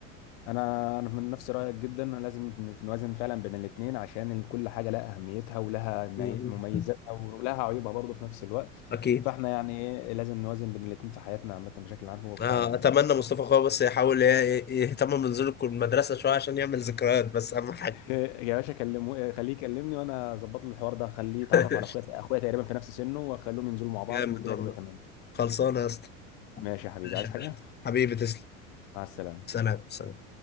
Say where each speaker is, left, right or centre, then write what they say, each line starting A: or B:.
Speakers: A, on the left; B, on the left.
A: انا انا من نفس رايك جدا لازم نوازن فعلا بين الاثنين عشان ال- كل حاجه لها اهميتها ولها مي-
B: مم.
A: مميزاتها ولها عيوبها برضه في نفس الوقت
B: اكيد
A: فاحنا يعني ايه لازم نوازن بين الاثنين في حياتنا عامه بشكل عام وفي
B: آه،
A: تعليمنا
B: اتمنى مصطفى اخويا بس يحاول ي- يهتم بنزول الك- المدرسه شويه عشان يعمل ذكريات بس اهم حاجه
A: <laughs> إيه يا باشا كلمه إيه خليه يكلمني وانا اظبط له الحوار ده خليه يتعرف
B: <laughs>
A: على اخويا اخويا تقريبا في نفس سنه واخليهم ينزلوا مع بعض
B: جامد
A: والدنيا
B: والله
A: تبقى تمام
B: خلصانه يا اسطى
A: ماشي يا حبيبي
B: ماشي
A: عايز
B: يا
A: حاجه
B: باشا. حبيبي تسلم
A: مع السلامه
B: سلام سلام